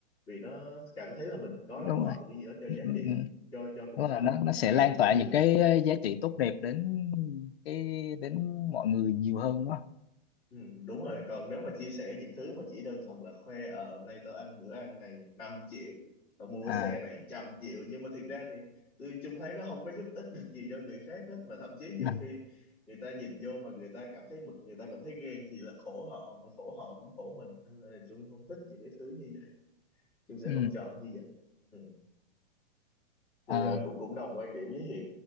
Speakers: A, on the left; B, on the left.
A: vì nó cảm thấy là mình có
B: đúng
A: đóng góp
B: rồi
A: được cái gì đó cho
B: Ừ,
A: giá
B: ừ,
A: trị cho cho cuộc
B: ừ.
A: sống
B: là nó nó
A: một
B: sẽ
A: ngày
B: lan
A: của mọi
B: tỏa
A: người
B: những cái ờ, giá trị tốt đẹp đến cái đến mọi người nhiều hơn đó
A: Ừ, đúng rồi còn nếu mà chia sẻ những thứ mà chỉ đơn thuần là khoe ờ hôm nay tao ăn bữa ăn này năm triệu tao mua
B: à,
A: cái xe này trăm triệu nhưng mà thiệt ra thì tôi chung thấy nó không có giúp ích được gì cho người khác hết mà thậm chí nhiều
B: Ừ. à
A: khi người ta nhìn vô mà người ta cảm thấy bực người ta cảm thấy ghen thì là khổ họ mà khổ họ cũng khổ mình nên là chung không thích những cái thứ như vậy chung sẽ
B: ừ,
A: không chọn như vậy ừ. thì
B: à,
A: ờ, cũng cũng đồng quan điểm với Hiệp